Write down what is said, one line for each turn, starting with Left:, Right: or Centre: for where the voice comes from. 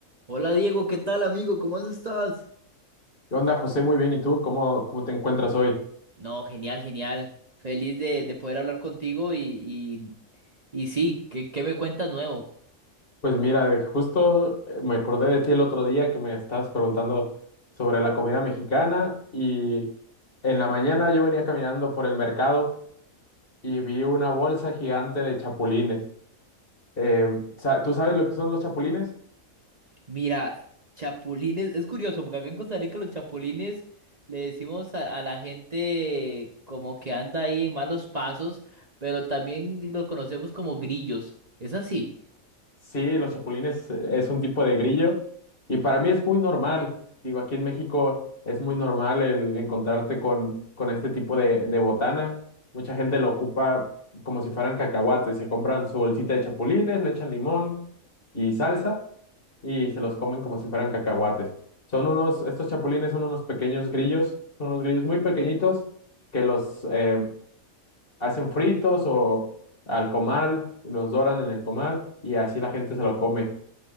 Right: Hola Diego, ¿qué tal amigo? ¿Cómo has estás?
Left: ¿Qué onda, José? Muy bien. ¿Y tú? ¿Cómo, cómo te encuentras hoy?
Right: No, genial, genial. Feliz de, de poder hablar contigo y, y, y sí, ¿qué, qué me cuentas nuevo?
Left: Pues mira, eh, justo eh, me acordé de ti el otro día que me estabas preguntando sobre la comida mexicana y en la mañana yo venía caminando por el mercado y vi una bolsa gigante de chapulines. Eh, sa- ¿tú sabes lo que son los chapulines?
Right: Mira, chapulines, es curioso porque acá en Costa Rica los chapulines le decimos a, a la gente como que anda ahí en malos pasos, pero también los conocemos como grillos. ¿Es así?
Left: Sí, los chapulines eh, es un tipo de grillo y para mí es muy normal. Digo, aquí en México es muy normal el encontrarte con, con este tipo de, de botana. Mucha gente lo ocupa como si fueran cacahuates. Se compran su bolsita de chapulines, le echan limón y salsa y se los comen como si fueran cacahuates. Son unos, estos chapulines son unos pequeños grillos, son unos grillos muy pequeñitos que los, eh, hacen fritos o al comal, los doran en el comal y así la gente se lo come.